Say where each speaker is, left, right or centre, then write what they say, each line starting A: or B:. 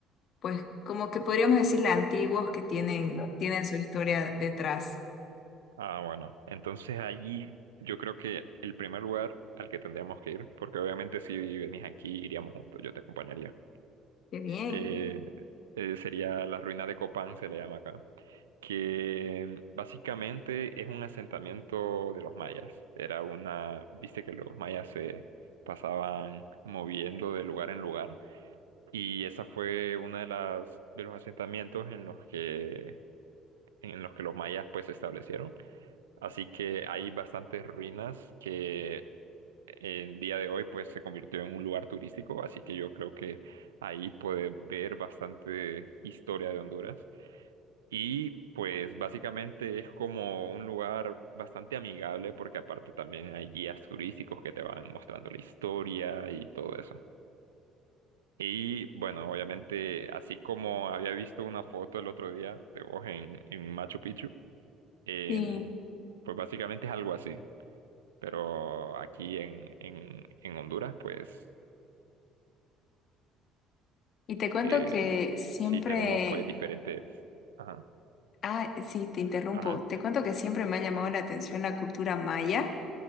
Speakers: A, on the left; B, on the right.
A: pues como que podríamos decirle antiguos que tienen, tienen su historia detrás.
B: Ah, bueno. Entonces allí yo creo que el primer lugar al que tendríamos que ir, porque obviamente si venís aquí iríamos juntos, yo te acompañaría,
A: Qué bien.
B: eh, eh, sería la ruina de Copán, se le llama acá. que básicamente es un asentamiento de los mayas. Era una, viste que los mayas se pasaban moviendo de lugar en lugar y esa fue una de las de los asentamientos en los que en los que los mayas pues se establecieron. Así que hay bastantes ruinas que en día de hoy pues se convirtió en un lugar turístico, así que yo creo que ahí puede ver bastante historia de Honduras. Y pues básicamente es como un lugar bastante amigable porque aparte también hay guías turísticos que te van mostrando la historia y todo eso. Y bueno, obviamente, así como había visto una foto el otro día de vos en, en Machu Picchu, em,
A: Sí,
B: pues básicamente es algo así. Pero aquí en, en, en Honduras, pues
A: y te cuento
B: em,
A: que siempre
B: sí tenemos pues diferentes... Ajá,
A: Ah, sí, te interrumpo.
B: ajá,
A: Te cuento que siempre me ha llamado la atención la cultura maya.